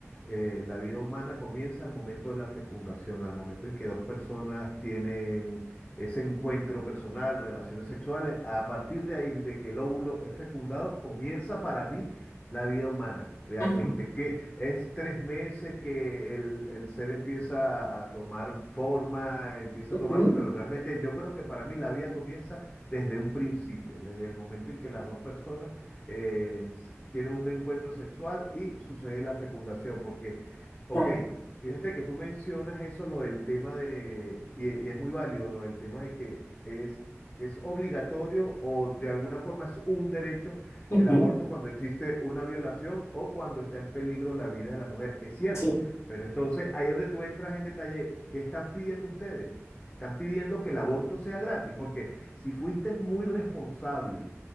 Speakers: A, on the left (about 25°); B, on the left (about 60°).
A: eh, la vida humana comienza al momento de la fecundación, al momento en que dos personas tienen ese encuentro personal, relaciones sexuales. A partir de ahí, de que el óvulo es fecundado, comienza para mí la vida humana realmente,
B: Ajá.
A: que es tres meses que el, el ser empieza a tomar forma, empieza
B: Ujú.
A: a tomarse, pero realmente yo creo que para mí la vida comienza desde un principio, desde el momento en que las dos personas eh, s- tienen un encuentro sexual y sucede la fecundación. Porque, ok,
B: Claro.
A: fíjate que tú mencionas eso, lo del tema de, y, e- y es muy válido, lo del tema de que es, es obligatorio o de alguna forma es un derecho
B: Ujú,
A: el aborto cuando existe una violación o cuando está en peligro la vida de la mujer. Es cierto,
B: Sí,
A: pero entonces ahí es donde tú entras en detalle, ¿qué están pidiendo ustedes? Están pidiendo que el aborto sea gratis, porque si fuiste muy responsable